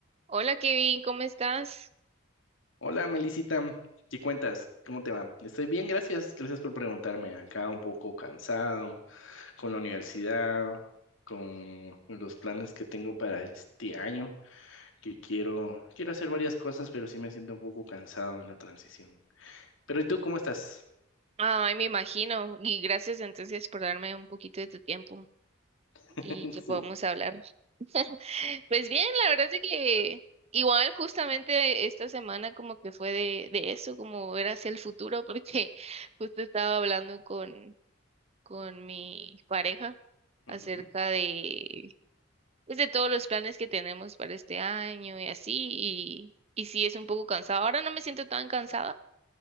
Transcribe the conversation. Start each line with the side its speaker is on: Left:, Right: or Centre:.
Right: Hola Kevin, ¿cómo estás?
Left: Hola, Melisita, ¿qué cuentas? ¿Cómo te va? Estoy bien, gracias. Gracias por preguntarme. Acá un poco cansado con la universidad, con los planes que tengo para este año, que quiero quiero hacer varias cosas, pero sí me siento un poco cansado en la transición. Pero ¿y tú cómo estás?
Right: Ay, me imagino. Y gracias entonces por darme un poquito de tu tiempo y
Left: <laughs>
Right: que
Left: Sí.
Right: podamos hablar. <laughs> Pues bien, la verdad es que igual justamente esta semana como que fue de, de eso, como ver hacia el futuro, porque <laughs> justo estaba hablando con, con mi pareja
Left: Ujú.
Right: acerca de, pues, de todos los planes que tenemos para este año y así, y, y sí es un poco cansado. Ahora no me siento tan cansada